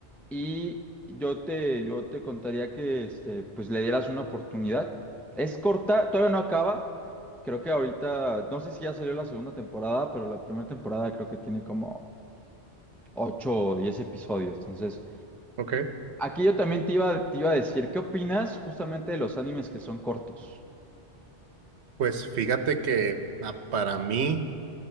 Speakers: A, in the centre; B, on the right (about 75°).
A: Y yo te, yo te contaría que este, pues le dieras una oportunidad. Es corta, todavía no acaba. Creo que ahorita, no sé si ya salió la segunda temporada, pero la primera temporada creo que tiene como 8 o 10 episodios. Entonces,
B: ok.
A: aquí yo también te iba, te iba a decir, ¿qué opinas justamente de los animes que son cortos?
B: Pues fíjate que ah, para mí,